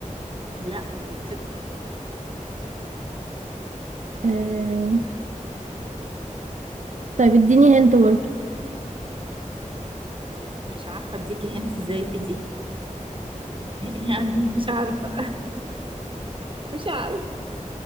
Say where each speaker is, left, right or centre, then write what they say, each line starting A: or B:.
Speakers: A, on the right; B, on the right.
A: لا ما بيتفتح
B: آه، طيب اديني هنت برضه
A: مش عارفة اديكي هنت ازاي في دي <laughs> يعني مش عارفة مش عارفة